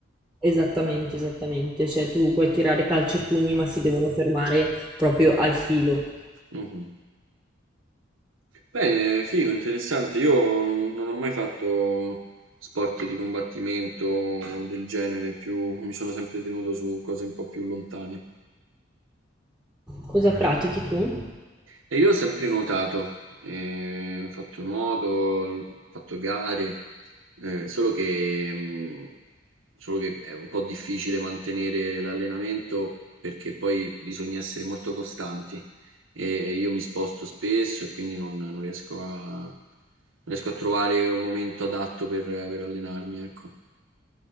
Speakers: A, in the centre; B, on the right (about 85°).
A: esattamente, esattamente, cioè tu puoi tirare calci e pugni, ma si devono fermare proprio al filo.
B: Mh-mh. Beh, eh, figo, interessante. Io non ho mai fatto sport di combattimento del genere, più mi sono sempre tenuto su cose un po' più lontane.
A: Cosa pratichi tu?
B: E io ho sempre nuotato, ehm, ho fatto nuoto, ho fatto gare, ehm, solo che, mhmm, solo che è un po' difficile mantenere l'allenamento perché poi bisogna essere molto costanti e e io mi sposto spesso e quindi non non riesco a non riesco a trovare un momento adatto per per allenarmi, ecco.